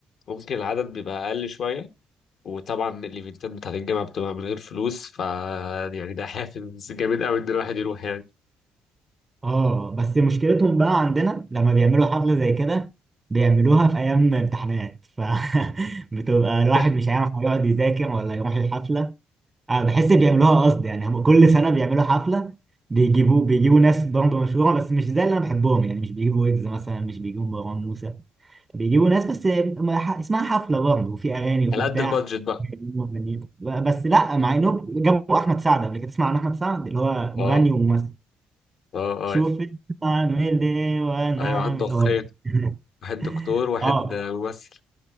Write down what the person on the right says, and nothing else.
اه بس مشكلتهم بقى عندنا لما بيعملوا حفله زي كده بيعملوها في ايام امتحانات ف <laughs> بتبقى الواحد
مش عارف هيقعد يذاكر ولا يروح الحفله أه بحس بيعملوها قصد يعني هم كل سنه بيعملوا حفله بيجيبوا بيجيبوا ناس برضه مشهوره بس مش زي اللي انا بحبهم يعني مش بيجيبوا ويجز مثلا مش بيجيبوا مروان موسى بيجيبوا ناس بس م- ح- اسمها حفله برضه وفي اغاني وفي
بتاع
بيجيبوا مغنيين. بس لا مع انهم جابوا احمد سعد قبل كده تسمع عن احمد سعد اللي هو
مغني وممثل
شوف
اعمل ايه وانا
اعمل
هو <laughs>
اه